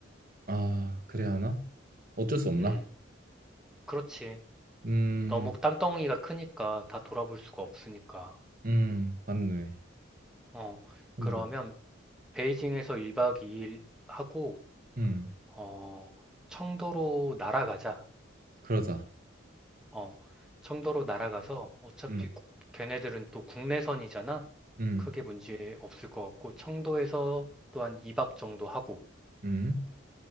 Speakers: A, on the right; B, in the centre.
A: 아 그래야 하나? 어쩔 수 없나?
B: 음, 그렇지.
A: 음,
B: 너무 땅덩이가 크니까 다 돌아볼 수가 없으니까.
A: 음 맞네.
B: 어,
A: 그럼
B: 그러면,
A: 뭐,
B: 베이징에서 1박 2일 하고,
A: 음
B: 어, 청도로 날아가자.
A: 그러자.
B: 어, 청도로 날아가서 어차피
A: 음,
B: 국- 걔네들은 또 국내선이잖아.
A: 음,
B: 크게 문제 없을 것 같고 청도에서 또한 2박 정도 하고.
A: 음.